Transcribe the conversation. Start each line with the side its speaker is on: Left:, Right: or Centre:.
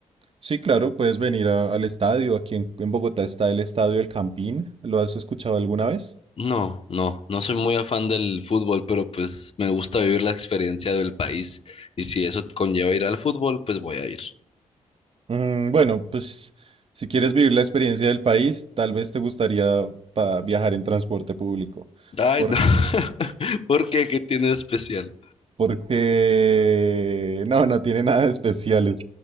Right: sí, claro, puedes venir a- al estadio, aquí en, en Bogotá está el Estadio El Campín, ¿lo has escuchado alguna vez?
Left: No, no, no soy muy afán del fútbol, pero pues me gusta vivir la experiencia del país y si eso conlleva ir al fútbol, pues voy a ir.
Right: Mm, bueno, pues si quieres vivir la experiencia del país, tal vez te gustaría pa- viajar en transporte público.
Left: Ay,
Right: Por-
Left: no. <laughs> ¿Por qué? ¿Qué tiene de especial?
Right: porque no, no tiene nada de especial, es